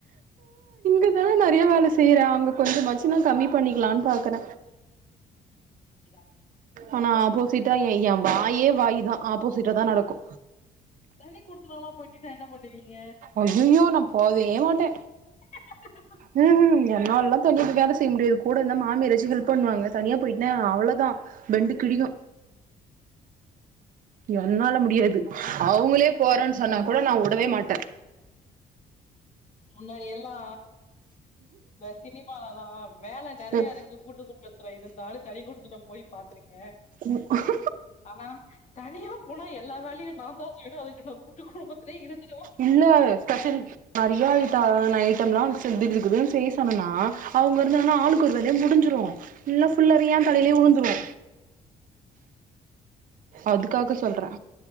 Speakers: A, on the right; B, on the left.
A: இருந்தாலு நறைய வேல செய்ற அங்க கொஞ்சமாச்சு நா கம்மி பண்ணிக்கலான் பாக்கற
B: இதா
A: ஆனா ஆப்போசிட்டா எ ஏ வாயே வாய் தா ஆப்போசிட்டா தா நடக்கு
B: தனி குடுத்தோனலா போய்ட்டிங்னா என்ன பண்ணுவீங்க
A: அய்யயோ நா போவே மாட்ட
B: <unintelligible>
A: ம் ம் என்னாலா தனியா போய் வேல செய்ய முடியாது கூட இருந்தா மாமியாராச்சு ஹெல்ப் பண்ணுவாங்க தனியா போய்ட்னா அவ்ளோதா பெண்டு கிழியு என்னால முடியாது அவுங்களே போறன் சொன்னா கூட நா உடவே மாட்ட
B: முன்னாடி எல்லா இந்த சினிமாலலா வேல நறையா
A: எப்
B: இருக்கு கூட்டு குடும்பத்துல இருந்தா தனிகுடுத்தனம் போய் பாக்றே அ
A: உ <unintelligible>
B: ஆனா தனியா போனா எல்லா வேலையு நா தா செய்யணு அதுக்கு நா கூட்டு குடும்பத்திலயே இருந்துருவ
A: இன்னொரு ஸ்பெஷல் நறையா ஐட்ட ஐட்டம்லா கிடு கிடுனுசெய்ய சொன்னனா அவுங்க இருந்தாங்கனா ஆளுக் கொரு வேலயா முடிஞ்சுரு இல்னா ஃபுல்லாவே ஏ தலையிலயே உழுந்துரு அதுக்காக சொல்ற